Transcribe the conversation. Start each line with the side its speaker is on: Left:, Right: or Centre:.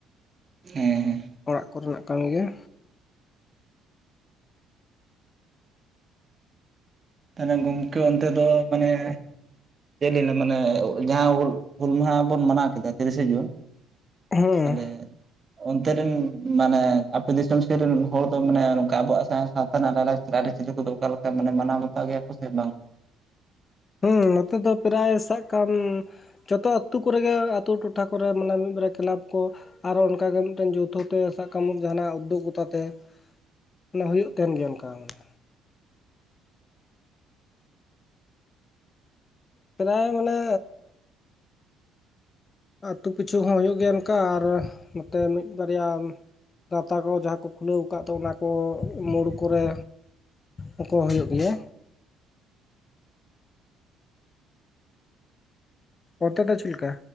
Right: ᱦᱮᱸ
Left: ᱚᱲᱟᱜ ᱠᱚᱨᱮᱱᱟᱜ ᱠᱟᱱ ᱜᱮᱭ
Right: ᱛᱟᱦᱚᱞᱮ ᱜᱚᱢᱠᱮ ᱚᱱᱛᱮ ᱫᱚ ᱢᱟᱱᱮ ᱪᱮᱫ ᱚᱱᱟ ᱢᱟᱱᱮ ᱡᱟᱦᱟᱸ ᱦᱩᱞ ᱢᱟᱦᱟ ᱵᱚᱱ ᱢᱟᱱᱟᱣ ᱠᱮᱫᱟ ᱛᱤᱨᱤᱥᱮ ᱡᱩᱱ
Left: ᱦᱮᱸ
Right: ᱟᱞᱮ ᱚᱱᱛᱮ ᱨᱮᱱ ᱢᱟᱱᱮ ᱟᱯᱮ ᱫᱤᱥᱚᱢ ᱥᱮᱫ ᱨᱮᱱ ᱦᱚᱲ ᱫᱚ ᱢᱟᱱᱮ ᱚᱱᱠᱟ ᱟᱵᱚᱣᱟᱜ ᱥᱟᱶ ᱥᱟᱶᱛᱟ ᱨᱮᱱᱟᱜ ᱞᱟᱭᱞᱟᱠᱪᱟᱨ ᱟᱹᱨᱤᱪᱟᱹᱞᱤ ᱠᱚᱫᱚ ᱚᱠᱟ ᱞᱮᱠᱟ ᱢᱟᱱᱮ ᱢᱟᱱᱟᱣ ᱵᱟᱛᱟᱣ ᱜᱮᱭᱟ ᱠᱚ ᱥᱮ ᱵᱟᱝ?
Left: ᱦᱮᱸ ᱱᱚᱛᱮ ᱫᱚ ᱯᱨᱟᱭ ᱥᱟᱵ ᱠᱟᱢ ᱡᱚᱛᱚ ᱟᱹᱛᱳ ᱠᱚᱨᱮᱜᱮ ᱟᱹᱛᱳ ᱴᱚᱴᱷᱟ ᱠᱚᱨᱮ ᱢᱟᱱᱮ ᱢᱤᱫᱵᱟᱨ ᱠᱞᱟᱵᱽ ᱠᱚ ᱟᱨᱚ ᱚᱱᱠᱟᱜᱮ ᱢᱤᱫᱴᱮᱱ ᱡᱳᱛᱷᱚ ᱛᱮ ᱥᱟᱵ ᱠᱟᱜ ᱢᱮ ᱡᱟᱦᱟᱱᱟᱜ ᱩᱫᱽᱫᱳᱜᱽᱜᱚᱛᱟ ᱛᱮ ᱚᱱᱟ ᱦᱩᱭᱩᱜ ᱛᱟᱦᱮᱱ ᱜᱮᱭᱟ ᱚᱱᱠᱟ ᱢᱟᱱᱮ ᱯᱨᱟᱭ ᱢᱟᱱᱮ ᱟᱹᱛᱩ ᱯᱤᱪᱷᱩ ᱦᱚᱸ ᱦᱩᱭᱩᱜ ᱜᱮᱭᱟ ᱚᱱᱠᱟ ᱟᱨ ᱱᱚᱛᱮ ᱢᱤᱫ ᱵᱟᱨᱭᱟ ᱜᱟᱶᱛᱟ ᱠᱚ ᱡᱟᱦᱟᱸ ᱠᱚ ᱠᱷᱩᱞᱟᱹᱣ ᱟᱠᱟᱫ ᱫᱚ ᱚᱱᱟ ᱠᱚ ᱢᱳᱲ ᱠᱚᱨᱮ ᱩᱱᱠᱚ ᱦᱩᱭᱩᱜ ᱜᱮᱭᱟ ᱚᱱᱛᱮ ᱫᱚ ᱪᱮᱫ ᱞᱮᱠᱟ